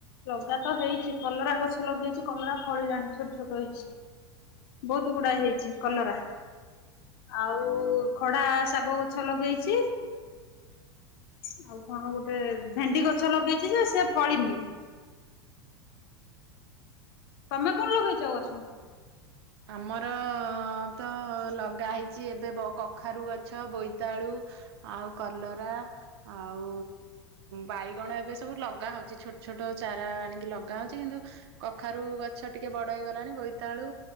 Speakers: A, on the left; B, on the right.
A: ଲଗା ତ ହେଇଛି କଲରା ଗଛ ଲଗେଇଛି କଲରା ଫଳିଲାଣି ଛୋଟ ଛୋଟ ହେଇଛି। ବହୁତ ଗୁଡାଏ ହେଇଛି କଲରା। ଆଉ ଖଡା ଶାଗ ଗଛ ଲଗେଇଛି। ଆଉ କଣ ଗୋଟେ ଭେଣ୍ଡି ଗଛ ଲଗେଇଛି ଯେ ସେ ଫଳିନି।
B: ଓଁ ହୋ
A: ତମେ କଣ ଲଗେଇଛ ଗଛ?
B: ଆମର ତ ଲଗା ହେଇଛି ଏବେ କଖାରୁ ଗଛ ବୋଇତାଳୁ ଆଉ କଲରା ଆଉ ବାଇଗଣ ଏବେ ସବୁ ଲଗା ହଉଛି ଛୋଟ ଛୋଟ ଚାରା ଆଣିକି ଲଗା ହଉଛି କିନ୍ତୁ କଖାରୁ ଗଛ ଟିକେ ବଡ ହେଇଗଲାଣି ବୋଇତାଳୁ